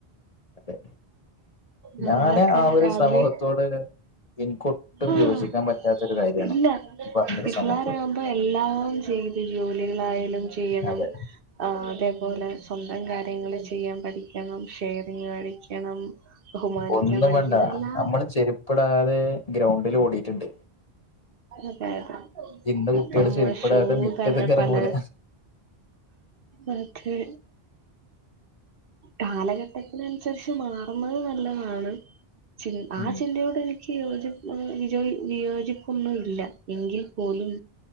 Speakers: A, on the left; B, on the right.
A: തെ,
B: നമ്മളൊക്കെ
A: ഞാന് ആ ഒരു
B: രാവിലെ
A: സമൂഹത്തോട് എനിക്കൊട്ടും
B: ആഹ്
A: യോജിക്കാൻ പറ്റാത്തൊരു കാര്യമാണ്
B: ഇല്ല
A: ഈ പറഞ്ഞൊരു
B: പിള്ളേരാകുമ്പോ
A: സമൂഹത്തോട്
B: എല്ലാം ചെയ് ത് ജോലികളായാലും ചെയ്യണം.
A: അതെ
B: ആഹ് അതേപോലെ സ്വന്തം കാര്യങ്ങള് ചെയ്യാൻ പഠിക്കണം ഷെയറിങ് പഠിക്കണം. ബഹുമാനിക്കാൻ
A: ഒന്നും
B: പഠിക്കണം
A: വേണ്ട
B: എല്ലാം
A: നമ്മള് ചെരുപ്പ്ടാതെ ഗ്രൗണ്ടിൽ ഓടീട്ട്ണ്ട്.
B: അതെ അതെ
A: ഇന്ന്
B: ഇപ്പം
A: കുട്ടികൾ ചെരുപ്പിടാതെ
B: ഷൂ
A: മിറ്റത്ത്ക്ക്
B: തന്നെ
A: ഇറങ്ങൂല
B: പലേ ഓക്കേ കാലഘട്ടത്തിനൻസരിച്ച് മാറുന്നത് നല്ലതാണ്. ചിൻ ആ
A: ഉം
B: ചിന്തയോട് എനിക്ക് യോജിപ്പൊന്നും വിജോ വിയോ ക്കൊന്നും ഇല്ല. എങ്കിൽ പോലും.